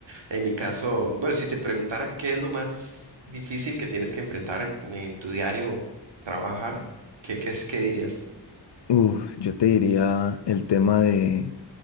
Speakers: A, on the right; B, on the left.
A: En mi caso, bueno, si te preguntara qué es lo más difícil que tienes que enfrentar en tu diario trabajar, ¿qué, qué es, qué dirías?
B: Uf, yo te diría el tema de,